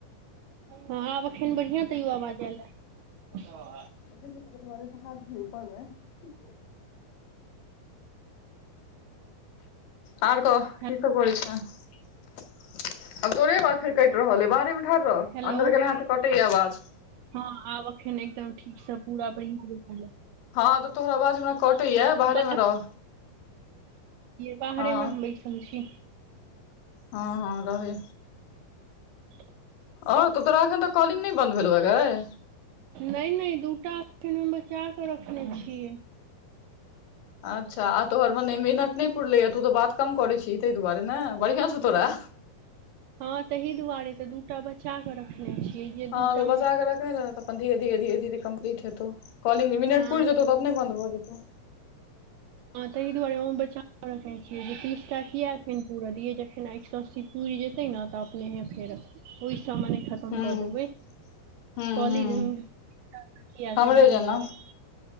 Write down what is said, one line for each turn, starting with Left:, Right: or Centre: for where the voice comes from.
Right: हँ आब एखन बढ़िआँ तैयो आवाज आयल ऐ।
Left: <unintelligible> आर कह
Right: हे
Left: की सब करै छेह। आब तोरे आवाज फेर कटि रहल बाहरे मे ठार रह
Right: हेलो
Left: अंन्दर गेले हाथ कटे आवाज
Right: हँ आब एखन एकदम ठीकसँ पूरा बैन रहल ऐ
Left: हँ त तोहर अबाज हमरा कटैये
Right: <unintelligible>
Left: बाहरे मे रह
Right: बाहरे
Left: हँ
Right: हम बैसल छी
Left: हँ हँ रहै
Right: <inaudible>
Left: आओर तऽ तोरा एखन तऽ कॉलिंग नै बन्द भेलौ गाय
Right: नै नै दूटा एखन हम बचा कऽ रखने छियै
Left: अच्छा आ तोहर भने मिनट नै पुरलैया तू तऽ बात कम करे छी ताहि दुआरे नै बढ़ियां सु
Right: हँ
Left: तोरा
Right: हँ ताहि दुआरे तऽ दूटा बच्चा कऽ रखने छियै जे
Left: हँ
Right: दूटा
Left: तऽ बचा
Right: म
Left: कऽ तऽ अपन धीर धीर धीर धीरे कम्पली हेतौ कॉलिंग
Right: हँ
Left: पुरि जेतौ त अपने बन्द भऽ जेतौ
Right: हँ तऽ ई दुआरे हम बचा कहै छियै जे तीसटा किया एखन पूरऽ दियै जखन एक सए अस्सी पूरि जेतै न तऽ अपनेेहे फेर ओई सब मने खा कोन
Left: हूँ
Right: क देबै
Left: हूँ
Right: कली
Left: हूँ
Right: <unintelligible>
Left: हमरे जेना
Right: दुआरे